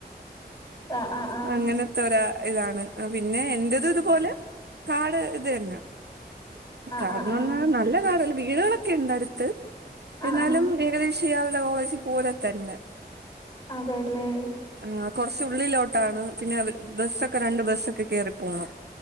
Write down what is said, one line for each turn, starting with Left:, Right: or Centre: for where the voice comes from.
Left: ആ ആ ആ
Right: അങ്ങനത്തൊരാ ഇതാണ് അ പിന്നെ എന്റത് ഇതുപോലെ. കാട് ഇത് തന്ന
Left: ആ
Right: കാട്ന്ന്
Left: ആ ആ
Right: പറഞ്ഞാ നല്ല കാടല്ല വീടുകളൊക്കെയുണ്ട ടുത്ത്.
Left: ആ ആ
Right: എന്നാലും
Left: ആ
Right: ഏകദേശംയാളുടെ വോയ്സി പോലെ തന്നെ.
Left: അതെല്ലേ.
Right: ആഹ് കൊറച്ച് ഉള്ളിലോട്ടാണ് പിന്നെവര് ബസ്സൊക്കെ രണ്ട് ബസ്സൊക്കെ കേയറി പോണം.